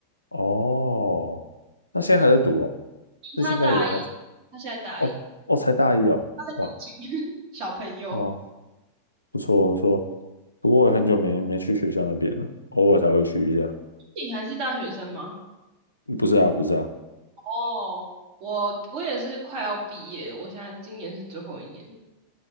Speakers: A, on the left (about 80°); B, on the right (about 40°).
A: 哦，那现在还在读哦？
B: 嗯他大一，
A: 那现在也还在？
B: 他现在大一，
A: 哦哦，才大一哦，
B: <laughs>
A: 哇
B: 小朋友，
A: 哇，不错不错。不过我也很久没没去学校那边了，偶尔才会去一下。
B: 你还是大学生吗？
A: 不是啊不是啊，
B: 哦，我我也是快要毕业了，我现在今年是最后一年。